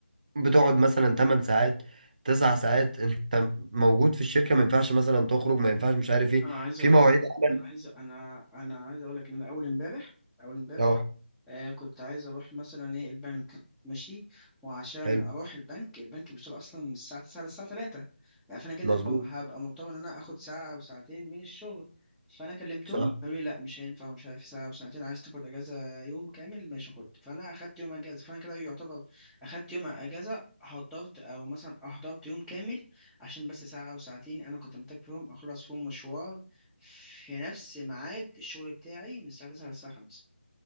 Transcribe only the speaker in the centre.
انا عايز
اقول
لك انا
عايز انا انا عايز اقول لك ان انا اول امبارح اول امبارح
آه كنت عايز اروح مثلا ايه البنك ماشي وعشان
اروح البنك البنك بيشتغل اصلا من الساعه 9 للساعه 3 يعني فانا كده
هبقى هبقى مضطر ان انا اخد ساعه او ساعتين من الشغل فانا كلمتهم
قالوا لي لا مش هينفع ومش عارف ساعه او ساعتين عايز تاخد اجازه يوم كامل ماشي خد فانا اخدت يوم اجازه فانا كده يعتبر اخدت يوم اجازه حضرت او مثلا احضرت يوم كامل عشان بس ساعه او ساعتين انا كنت محتاج فيهم اخلص فيهم مشوار في نفس ميعاد الشغل بتاعي من الساعه 9 للساعه 5